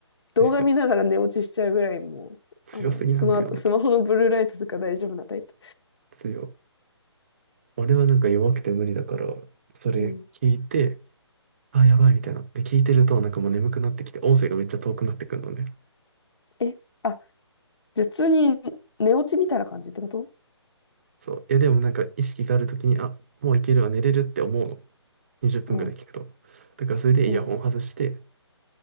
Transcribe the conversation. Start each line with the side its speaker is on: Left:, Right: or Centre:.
Left: 動画見ながら寝落ちしちゃうぐらいもう、
Right: ですよ。強すぎなんだよ。
Left: あの、スマート、スマホのブルーライトとか大丈夫なタイプ。
Right: 強。俺はなんか弱くて無理だから、それ聞いて、
Left: うん。
Right: あ、やばいみたいな。で、聞いてると、なんかもう眠くなってきて、音声がめっちゃ遠くなってくるのね。
Left: え、あ、じゃあ普通に寝落ちみたいな感じってこと
Right: そう。いや、でもなんか意識があるときに、あ、もういけるわ、寝れるって思うの。20分ぐらい聞くと。
Left: うん。
Right: だからそれでイヤホン外して、
Left: うん。